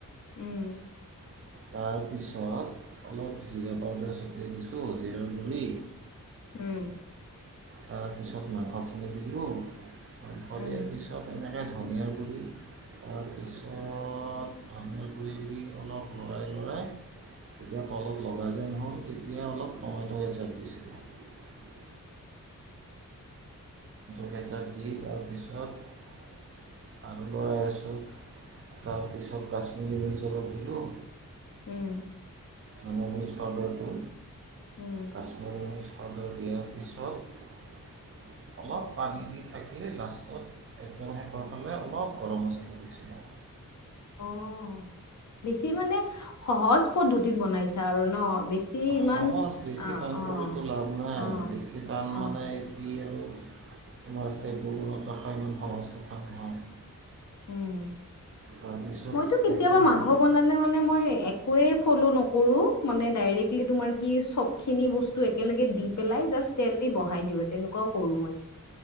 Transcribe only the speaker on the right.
তাৰপিছত অলপ জিৰা পাউদাৰ ছটিয়াই দিছোঁ, জিৰাৰ গুড়ি
তাৰপিছত মাংসখিনি দিলোঁ। মাংস
দিয়াৰ পিছত এনে তে ধনিয়াৰ গুৰি তাৰপিছত ধনিয়াৰ গুৰি দি অলপ লৰাই লৰাই যেতিয়া তলত লগা যেন হ'ল তেতিয়া অলপ টমেট' গেচাত বিছিল <unintelligible> কেঁচা দি তাৰপিছত আলু লৰাই আছোঁ তাৰপিছত কাশ্মিৰী মিচ অলপ দিলোঁ
মানে মিক্স পাউদাৰটো
কাশ্মীৰী মিছ চাদৰ দিয়াৰ পিছত অলপ পানী দি ঢাকি লাষ্টত একদম শেষৰ ফালে অলপ গৰম মছলা দিছিলোঁ।
সহজ বেছি
টান
কৰোতো লাভ নাই
বেছি টান মানে
কি আৰু তোমাৰ ষ্টেটবোৰ মনত ৰখা ইমান সহজ কথা নহয়।
তাৰপিছত
একদম
শেষত